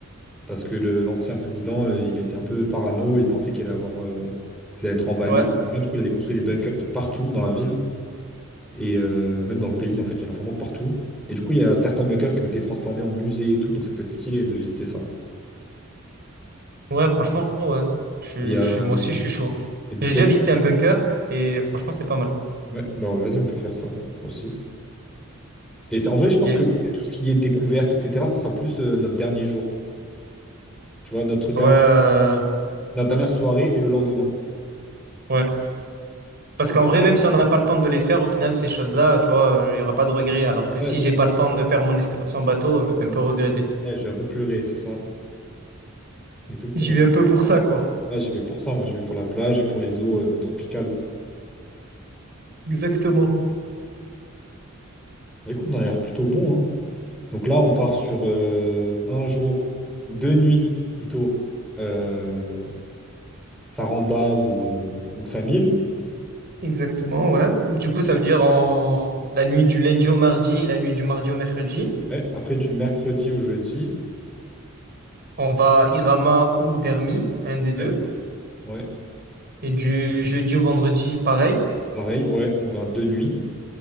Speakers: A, in the centre; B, on the right.
A: parce que le- l'ancien président, euh, il était un peu parano. Il pensait qu'il allait avoir, euh, qu'il allait être envahi.
B: Ouais,
A: etc. Du coup, il avait construit des bunkers
B: Mm.
A: de partout dans la ville. Et euh, même dans le pays, en fait, il y en a vraiment de partout. Et du coup, il y a certains bunkers qui ont été transformés en musées et tout, donc ça peut être stylé de visiter ça.
B: ouais, franchement, ouais. Je,
A: Il y a,
B: je, suis- moi
A: Hmm.
B: aussi, je suis chaud.
A: il y a des
B: J'ai
A: belles.
B: déjà visité un bunker et franchement, c'est pas mal.
A: Ouais, bah ouais, vas-y, on peut faire ça aussi. Et c'est- en vrai, je pense
B: Yeah.
A: que tout ce qui est découverte, etc., ce sera plus euh, notre dernier jour. Tu vois, notre dernière,
B: Ouais, euh,
A: notre dernière soirée et le lendemain.
B: ouais. Parce
A: Je pense
B: qu'en vrai, même si on n'a
A: que-
B: pas le temps de les faire, au final, ces choses-là, tu vois, euh, il n'y aura pas de regret. Alors que
A: Ouais,
B: si
A: c'est
B: j'ai
A: ça.
B: pas le temps de faire mon excursion en bateau, euh, je vais un peu regretter.
A: Ouais, je vais un peu pleurer, c'est ça. Exactement.
B: J'y vais un peu pour ça, quoi.
A: Là, j'y vais pour ça, moi, J'y vais pour la plage et pour les eaux euh, tropicales.
B: Exactement.
A: Bah, écoute, on a l'air plutôt bon, hein. Donc là, on part sur euh, un jour, deux nuits plutôt, euh, Saranda ou, euh, ou Ksamil.
B: Exactement, ouais. Du coup, ça veut dire en la nuit du lundi au mardi et la nuit du mardi au mercredi,
A: Ouais, Après, du mercredi au jeudi,
B: on va à Irama ou Dermi, un des deux.
A: ouais, ouais,
B: Et du jeudi au vendredi, pareil.
A: pareil, ouais, on garde deux nuits,